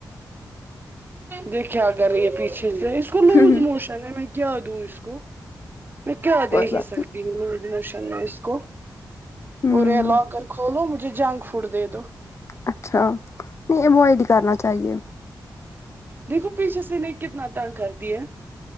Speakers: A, on the right; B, on the left.
A: دیکھ کیا کر رہی ہے پیچھے سے اس کو لوز
B: ہوں،
A: موشن پتا نہیں میں کیا دوں اس کو میں کیا
B: کوئی
A: دی ہی
B: بات
A: سکتی
B: نہیں
A: ہوں لوزموشن میں اس کو
B: ہ
A: بول رہے ہے لواکر کھولو مجھے جنک فوڈ دے دو
B: اچھا نہیں ایوئیڈ ہی کرنا چاہیے
A: دیکو پیچھ سے نہیں کتنا تنگ کرتی ہے